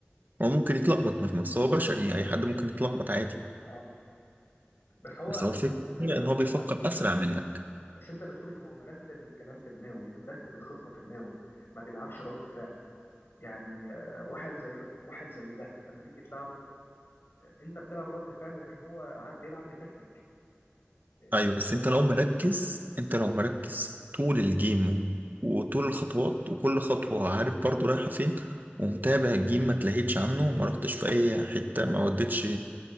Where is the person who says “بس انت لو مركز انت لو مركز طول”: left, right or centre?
Right